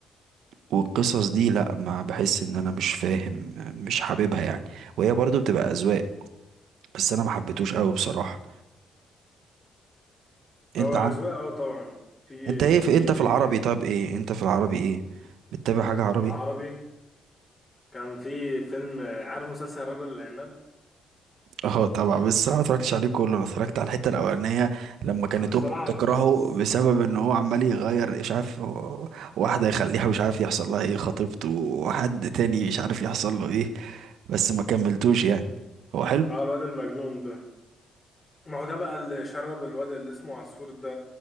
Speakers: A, on the right (about 75°); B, on the left (about 20°).
A: والقصص دي لا ما بحس ان انا مش فاهم مش حاببها يعني وهي برضو بتبقى اذواق بس انا ما حبيتهوش قوي بصراحة انت
B: هو اذواق
A: عن
B: اه طبعا في
A: انت ايه
B: في
A: في انت
B: بقيه
A: في العربي طب ايه انت في العربي ايه بتتابع حاجة عربي
B: العربي كان في فيلم عارف مسلسل الرجل العناب
A: اه طبعا بس انا ما اتفرجتش عليه كله انا اتفرجت على الحتة الاولانية لما كانت
B: آه، بصراحة
A: امه بتكرهه
B: بس-
A: بسبب ان هو عمال يغير مش عارف واحدة يخليها مش عارف يحصل لها ايه خطيبته وحد تاني مش عارف يحصل له ايه بس ما كملتوش يعني هو حلو
B: اه الواد المجنون ده ما هو ده بقى اللي شرب الواد اللي اسمه عصفور ده